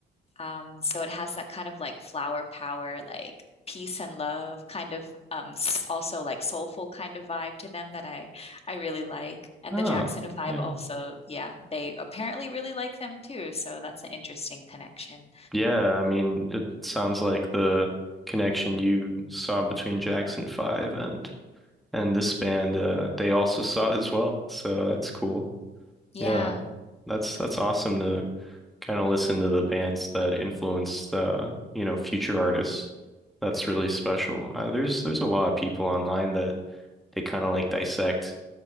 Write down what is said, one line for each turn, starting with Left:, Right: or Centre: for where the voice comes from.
Left: um, so it has that kind of like flower power, like peace and love kind of um s- also like soulful kind of vibe to them that I I really like. And
Centre: Oh,
Left: the Jackson 5
Centre: yeah.
Left: also, yeah, they apparently really like them too, so that's an interesting connection.
Centre: Yeah, I mean, it sounds like the connection you saw between Jackson 5 and and this band, uh, they also <laughs> saw as well. So that's cool.
Left: Yeah.
Centre: Yeah, that's that's awesome to kind of listen to the bands that influenced uh, you know, future artists. That's really special. Uh, there's there's a lot of people online that they kind of like dissect